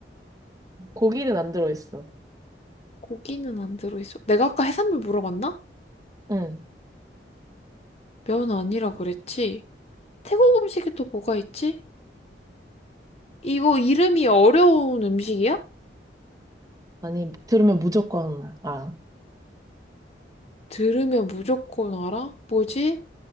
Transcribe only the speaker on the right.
고기는 안 들어있어.
응.
아니, 들으면 무조건 알아.